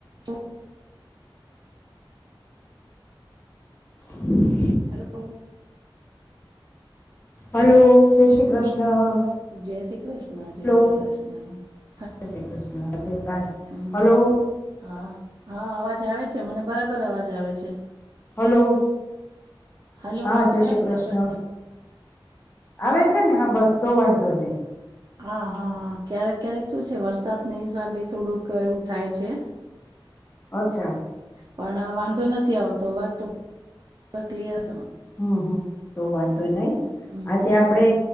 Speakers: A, on the right; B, on the left.
A: તો <inaudible>
B: હમ <inaudible>
A: હલો.
B: હલો જય શ્રી કૃષ્ણ.
A: જય શ્રી કૃષ્ણ જય
B: હલો
A: શ્રી કૃષ્ણ <inaudible>
B: જય શ્રી કૃષ્ણ તબિયત પાણી
A: હમ
B: હલો.
A: હા હા અવાજ આવે છે મને બરાબર અવાજ આવે છે.
B: હલો.
A: હલો
B: હા જય
A: હા
B: શ્રી કૃષ્ણ આવે. છે ને હા બસ તો વાંધો નહી.
A: હા હા હા. હ ક્યારેક ક્યારેક શું છે વરસાદ ના હિસાબે થોડુંક એવું થાય છે.
B: અચ્છા.
A: પણ વાંધો નથી આવતો હવા તો ક્લયર.
B: હમ હમ તો વાંધો નહી
A: હમ
B: આજે
A: હમ હમ
B: આપડે